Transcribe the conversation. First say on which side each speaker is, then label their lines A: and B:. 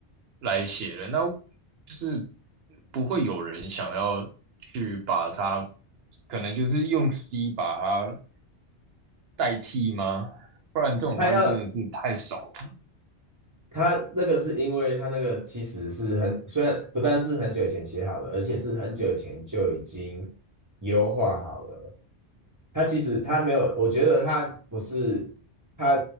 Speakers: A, on the right; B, on the right.
A: 来写的，那就是不会有人想要去把它，可能就是用 C 把它代替吗？不然这种东西真的是太少了。
B: 他要他那个是因为他那个其实是很，虽然不但是很久以前写好的，而且是很久以前就已经优化好了。他其实他没有，我觉得他不是，他